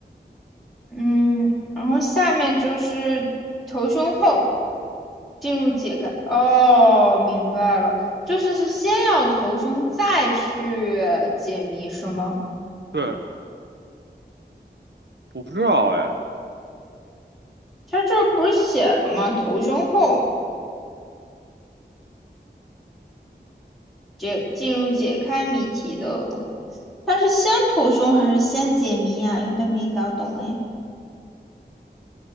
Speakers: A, in the centre; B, on the right.
A: 嗯，然后下面就是头胸后进入解开。哦，明白了，就是是先要头胸再去解谜是吗？
B: 对，我不知道哎，
A: 它这不是写的吗？头胸后解进入解开谜题的，它是先头胸还是先解谜啊？有点没搞懂哎。